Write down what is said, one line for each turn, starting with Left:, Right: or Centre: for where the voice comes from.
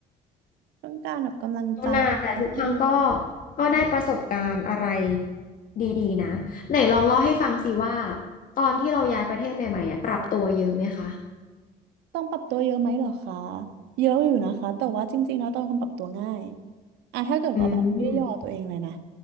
Right: <laughs> ต้องการแบบกำลังใจ
Left: เอาหน้าแต่ทุกครั้งก็
Right: พูด
Left: ก็ได้ประสบการณ์อะไรดีๆนะไหนลองเล่าให้ฟังสิว่าตอนที่เราย้ายประเทศใหม่ๆอ่ะปรับตัวเยอะไหมคะ
Right: ต้องปรับตัวเยอะไหมเหรอคะเยอะอยู่นะคะแต่ว่าจริงๆแล้วต้องเป็นคนปรับตัวง่ายอ่ะถ้าเกิดว่าแบบไม่ได้ย่อตัวเองเลยนะ
Left: อืม